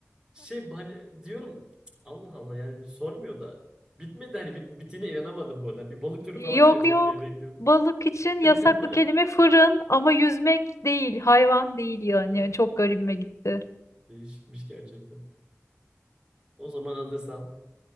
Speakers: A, on the right; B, on the left.
A: şey hani diyorum "Cık, Allah Allah yani sormuyor da bitmedi hani bit bittiğine inanamadım bu arada. Bir balık türü
B: Yok
A: falan gelecek
B: yok.
A: diye bekliyordum.
B: Balık için yasaklı
A: <laughs>
B: kelime fırın ama yüzmek değil, hayvan değil yani.
A: Aa,
B: Yani çok garibime gitti.
A: değişikmiş gerçekten. O zaman hazırsan